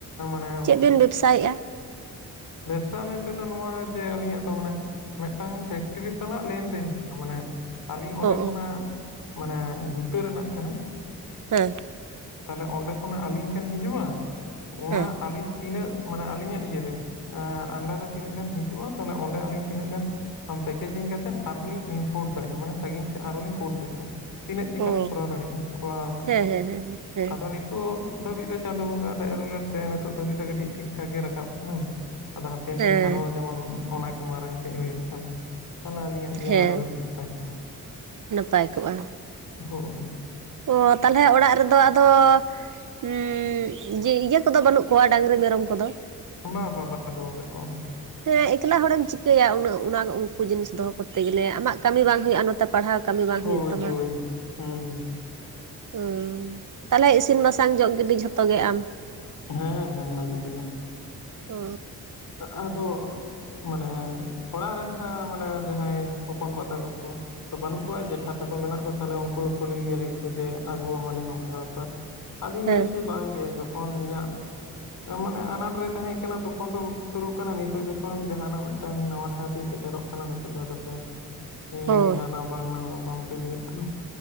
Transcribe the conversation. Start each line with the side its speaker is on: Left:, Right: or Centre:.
Left: ᱱᱮᱴ,
Right: ᱪᱮᱫ ᱵᱤᱱ ᱵᱮᱵᱥᱟᱭᱮᱫᱼᱟ
Left: ᱵᱮᱵᱽᱥᱟ ᱢᱮᱱ ᱛᱮᱫᱚ ᱱᱚᱣᱟ ᱡᱮ ᱟᱹᱞᱤᱧᱟᱜ ᱫᱚ ᱢᱟᱱᱮ ᱢᱤᱫᱴᱟᱝ ᱯᱷᱮᱠᱴᱨᱤ ᱥᱟᱞᱟᱜ ᱞᱮᱱᱫᱮᱱ᱾ ᱢᱟᱱᱮ ᱟᱹᱞᱤᱧ ᱚᱸᱰᱮ
Right: ᱚ
Left: ᱠᱷᱚᱱᱟᱜ
Right: ᱚ
Left: ᱢᱟᱱᱮ ᱡᱩᱛᱟᱹ ᱨᱮᱱᱟᱜ ᱠᱟᱱᱟ᱾
Right: ᱦᱮᱸ᱾
Left: ᱛᱟᱦᱞᱮ ᱚᱸᱰᱮ ᱠᱷᱚᱱᱟᱜ ᱟᱞᱤᱧ ᱴᱷᱮᱱ ᱦᱤᱡᱩᱜᱼᱟ, ᱚᱱᱟ
Right: ᱦᱮᱸ
Left: ᱟᱞᱤᱧ ᱛᱤᱱᱟᱹᱜ ᱢᱟᱱᱮ ᱟᱹᱞᱤᱧᱟᱜ ᱤᱭᱟᱹ ᱨᱮ ᱮᱸ ᱟᱱᱰᱟᱨ ᱨᱮ ᱛᱤᱱᱟᱹᱜ ᱜᱟᱱ ᱦᱤᱡᱩᱜᱼᱟ ᱛᱟᱦᱚᱞᱮ ᱚᱸᱰᱮ ᱟᱹᱞᱤᱧ ᱛᱤᱱᱟᱹᱜ ᱜᱟᱱ ᱟᱢ ᱯᱮᱠᱮᱡᱤᱝ ᱠᱟᱛᱮᱜ ᱟᱨᱦᱚᱸ ᱞᱤᱧ ᱤᱢᱯᱳᱨᱴ ᱫᱟᱲᱮᱜᱼᱟ ᱢᱟᱱᱮ ᱥᱟᱺᱜᱤᱧ ᱥᱮᱫ ᱟᱨᱦᱚᱸ ᱞᱤᱧ ᱠᱳᱞ ᱫᱟᱲᱮᱭᱟᱜᱼᱟ᱾ ᱛᱤᱱᱟᱹᱜ ᱪᱮᱫᱠᱟ
Right: ᱚ
Left: ᱞᱤᱧ ᱠᱚᱨᱟᱣ ᱫᱟᱲᱮᱜᱼᱟ ᱠᱚᱨᱟᱣ ᱠᱟᱜ-ᱟ,
Right: ᱦᱮᱸ ᱦᱮᱸ ᱦᱮᱸ ᱦᱮᱸ
Left: ᱟᱫᱚ ᱱᱤᱛ ᱛᱳᱜ ᱫᱷᱟᱹᱵᱤᱡ ᱫᱚ ᱪᱟᱸᱫᱳ ᱵᱚᱸᱜᱟ-ᱟᱜ ᱫᱟᱭᱟ ᱫᱩᱞᱟᱹᱲ ᱛᱮ ᱱᱤᱛᱚᱜ ᱫᱷᱟᱹᱵᱤᱡ ᱫᱚ ᱠᱟᱹᱴᱤᱡ ᱴᱷᱤᱠ ᱴᱷᱟᱠ ᱜᱮ ᱨᱟᱠᱟᱵ ᱠᱟᱱᱟ᱾ ᱟᱫᱚ ᱦᱟᱯᱮᱱ
Right: ᱦᱮᱸ
Left: ᱫᱤᱱ ᱟᱨᱦᱚᱸ ᱡᱮᱢᱚᱱ ᱚᱱᱟ ᱜᱮ ᱢᱟᱨᱟᱝ ᱥᱮᱫ ᱦᱩᱭᱩᱜ ᱠᱷᱟᱱ ᱛᱟᱞᱦᱮ ᱟᱹᱞᱤᱧᱟᱜ <inaudible> ᱟᱨᱦᱚᱸ
Right: ᱦᱮᱸ
Left: ᱠᱟᱹᱴᱤᱡ ᱱᱟᱯᱟᱭ ᱠᱚᱜ-ᱟ,
Right: ᱱᱟᱯᱟᱭ ᱠᱚᱜᱼᱟ
Left: ᱦᱳᱭ᱾
Right: ᱚ ᱛᱟᱞᱦᱮ ᱚᱲᱟᱜ ᱨᱮᱫᱚ ᱟᱫᱚ ᱩᱸ ᱡᱮ ᱤᱡᱟᱹ ᱠᱚᱫᱚ ᱵᱟᱹᱱᱩᱜ ᱠᱚᱣᱟ ᱰᱟᱝᱨᱤ ᱢᱮᱨᱚᱢ ᱠᱚᱫᱚ?
Left: ᱵᱟᱝ ᱵᱟᱝ <inaudible> ᱫᱚᱦᱚ ᱠᱚᱜ ᱠᱚᱣᱭᱟ᱾
Right: ᱦᱮᱸ ᱮᱠᱞᱟ ᱦᱚᱲᱮᱢ ᱪᱤᱠᱟᱹᱭᱟ ᱩᱱᱟᱹᱜ ᱚᱱᱟᱜᱚᱜ ᱩᱱᱠᱩ ᱡᱤᱱᱤᱥ ᱫᱚᱦᱚ ᱠᱚᱛᱛᱮ ᱜᱮᱞᱮ ᱟᱢᱟᱜ ᱠᱟᱹᱢᱤ ᱵᱟᱝ ᱦᱩᱭᱩᱜᱼᱟ ᱱᱚᱛᱮ ᱯᱟᱲᱦᱟᱣ ᱠᱟᱹᱢᱤ ᱵᱟᱝ
Left: ᱦᱳᱭ
Right: ᱦᱩᱭᱩᱜ ᱛᱟᱢᱟ᱾
Left: ᱦᱳᱭ ᱦᱩᱸ
Right: ᱩᱸ ᱛᱟᱞᱦᱮ ᱤᱥᱤᱱ ᱵᱟᱥᱟᱝ ᱡᱚᱜ ᱜᱤᱰᱤ ᱡᱷᱚᱛᱚ ᱜᱮ ᱟᱢ?
Left: ᱦᱮᱸ ᱦᱮᱸ ᱟᱹᱞᱤᱧ ᱛᱮᱜᱮ,
Right: ᱚ
Left: ᱟᱜ ᱟᱫᱚ ᱢᱟᱱᱮ ᱚᱲᱟᱜ ᱨᱮᱱ ᱦᱟᱸᱜ ᱢᱟᱱᱮ ᱡᱟᱦᱟᱸᱭ ᱦᱚᱯᱚᱱ ᱵᱟ ᱛᱟᱠᱚ ᱠᱚ ᱫᱚ ᱵᱟᱹᱱᱩᱜ ᱠᱚᱣᱟ ᱡᱮᱴᱷᱟ ᱛᱟᱠᱚ ᱢᱮᱱᱟᱜ ᱠᱚ ᱛᱟᱞᱦᱮ ᱩᱱᱠᱩ ᱠᱚ ᱠᱩᱞᱤ ᱜᱮᱭᱟ ᱞᱟᱹᱭ ᱟᱠᱚ ᱡᱮ ᱟᱹᱜᱩ ᱟᱢᱟᱞᱮ ᱱᱚᱝᱠᱟ ᱵᱮᱯᱟᱨ᱾ ᱟᱫᱩᱧ
Right: ᱦᱮᱸ
Left: ᱞᱟᱹᱭᱟ ᱡᱮ ᱵᱟᱝ ᱜᱮ ᱡᱚᱠᱷᱚᱱ ᱤᱧᱟᱹᱜ ᱟ ᱢᱟᱱᱮ ᱟᱱᱟᱴ ᱨᱮ ᱛᱟᱦᱮᱜᱸ ᱠᱟᱱᱟ ᱛᱚᱠᱷᱚᱱ ᱫᱚ <inaudible> ᱥᱩᱨᱩᱜ ᱠᱟᱱᱟ ᱱᱤᱛᱚᱜ ᱡᱚᱠᱷᱚᱱ ᱡᱟᱦᱟᱱᱟᱜ ᱢᱤᱫᱴᱟᱝ ᱱᱟᱣᱟ ᱴᱷᱟᱶ ᱛᱤᱧ ᱥᱮᱴᱮᱨᱚᱜ ᱠᱟᱱᱟ ᱱᱤᱛᱚᱜ ᱫᱚ ᱟᱫᱚᱯᱮ, ᱤᱧ
Right: ᱦᱳᱭ
Left: ᱞᱟᱹᱜᱤᱫ ᱦᱟᱱᱟ ᱵᱟᱝ ᱱᱟᱣᱟ ᱵᱟᱝᱯᱮ ᱞᱟᱹᱭᱚᱜ ᱠᱟᱱᱟ᱾